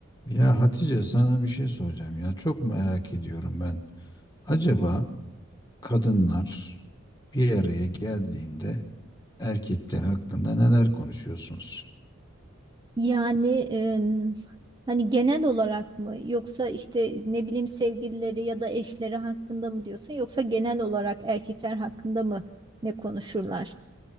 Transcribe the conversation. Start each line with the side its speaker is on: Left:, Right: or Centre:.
Left: Ya Hatice sana bir şey soracağım ya. Çok merak ediyorum ben. Acaba kadınlar bir araya geldiğinde erkekler hakkında neler konuşuyorsunuz?
Right: Yani em, hani genel olarak mı yoksa işte ne bileyim sevgilileri ya da eşleri hakkında mı diyorsun yoksa genel olarak erkekler hakkında mı ne konuşurlar?